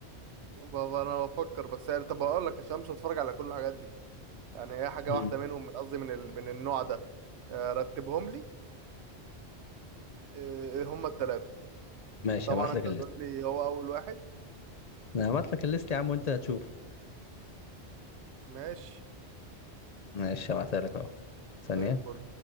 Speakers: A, on the right; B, on the left.
A: بابا انا بفكر بس يعني طب اقول لك عشان مش هتفرج على كل الحاجات دي يعني هي حاجة
B: مم.
A: واحدة منهم من قصدي من ال... من النوع ده آه، رتبهم لي آه، هما التلاتة
B: ماشي
A: طبعا
B: هبعت
A: انت
B: لك
A: هتقول لي هو اول واحد
B: انا هبعت لك الليست يا عم وانت هتشوف
A: ماشي
B: ماشي هبعتها لك اهو ثانية
A: زي الفل